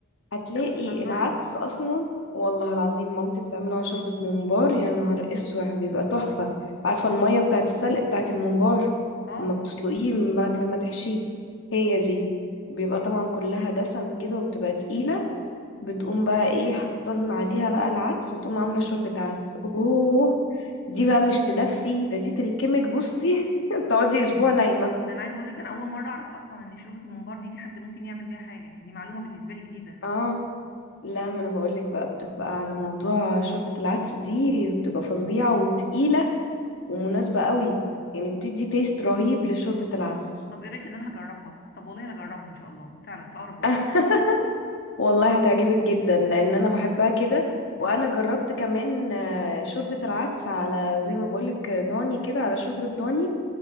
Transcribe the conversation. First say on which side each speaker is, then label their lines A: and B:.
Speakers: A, on the left; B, on the left.
A: هتلاقي
B: لا بتهزري
A: العدس اصلا والله العظيم مامتي بتعمله على شوربة ممبار يا نهار اسوح بيبقى تحفة عارفة المية بتاعت السلق بتاعت الممبار
B: اه
A: اما بتسلقيه من بعد ما تحشيه هي دي بيبقى طبعا كلها دسم كده وبتبقى تقيلة بتقوم بقى ايه حطن عليها بقى العدس وتقوم عاملة شوربة عدس اوه دي بقى مش تدفي ده دي تلكمك بصي <laughs> تقعدي اسبوع نايمة
B: انا عايزه اقول لك انا اول مره اعرف اصلا ان شوربه الممبار دي في حد ممكن يعمل بيها حاجه دي معلومه بالنسبه لي جديده
A: اه لا ما انا بقولك بقى بتبقى على موضوع شوربة العدس دي بتبقى فظيعة وتقيلة ومناسبة قوي يعني بتدي تيست رهيب لشوربة العدس
B: طب ايه رايك ان انا هجربها طب والله هجربها ان شاء الله فعلا في اقرب وقت
A: <laughs> والله هتعجبك جدا لان انا بحبها كده
B: مم.
A: وانا جربت كمان آه، شوربة العدس على زي ما بقولك آه، ضاني كده على شوربة ضاني